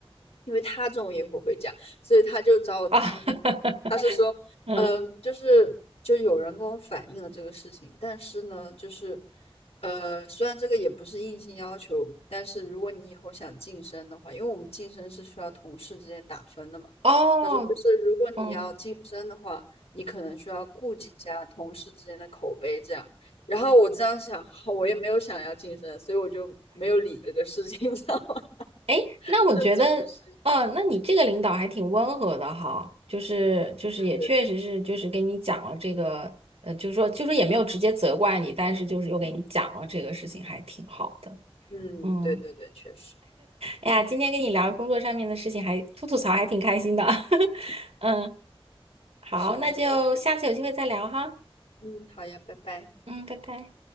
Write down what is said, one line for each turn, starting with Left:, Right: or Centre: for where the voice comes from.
Left: 因为他中午也会回家，所以他就找我谈话说他，
Right: 啊，<laughs>
Left: 他是说，
Right: 嗯
Left: 嗯，就是就有人跟我反映了这个事情，但是呢，就是呃，虽然这个也不是硬性要求，但是如果你以后想晋升的话，因为我们晋升是需要同事之间打分的嘛，
Right: 哦
Left: 他说就是如果你要晋升的话，
Right: 嗯。
Left: 你可能需要顾及一下同事之间的口碑这样。然后我这样想，好我也没有想要晋升，所以我就没有理这个事情，你知道吗？
Right: 哎，
Left: <laughs>
Right: 那我觉得，
Left: 就这种事情，
Right: 呃，那你这个领导还挺温和的哈，就是就是也确实是就是跟你讲了这个，
Left: 对对对。
Right: 呃，就是说就是也没有直接责怪你，但是就是又给你讲了这个事情，还挺好的。
Left: 嗯，
Right: 嗯，
Left: 对对对，确实
Right: 哎呀，今天跟你聊工作上面的事情还，吐吐槽还挺开心的。<laughs> 嗯，好，
Left: 是的，
Right: 那就下次有机会再聊哈。
Left: 是的，我也是。嗯，好呀，拜拜。
Right: 嗯，拜拜。